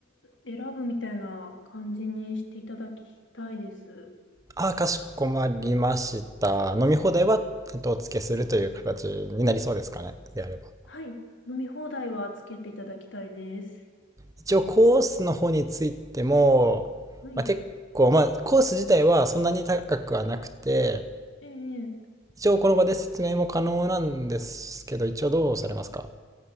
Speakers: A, on the left; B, on the right.
A: 選ぶみたいな感じにしていただきたいです。
B: あ、かしこまりました。飲み放題は、えっと、お付けするという形になりそうですかね。であれば。
A: はい。飲み放題はつけていただきたいです。
B: 一応、コースの方についても、
A: はい。
B: まあ、結構、まあ、コース自体はそんなに高くはなくて、
A: ええ
B: 一応、この場で説明も可能なんですけど、一応どうされますか